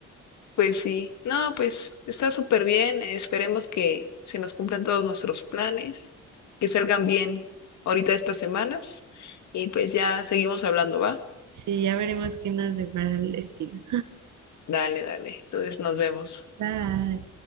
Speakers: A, on the left (about 70°); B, on the right (about 75°).
A: Pues sí. No, pues está súper bien. Esperemos que se nos cumplan todos nuestros planes, que salgan bien ahorita estas semanas. Y pues ya seguimos hablando, ¿va?
B: Sí, ya veremos qué nos depara el destino.
A: Dale, dale. Entonces nos vemos.
B: Bye.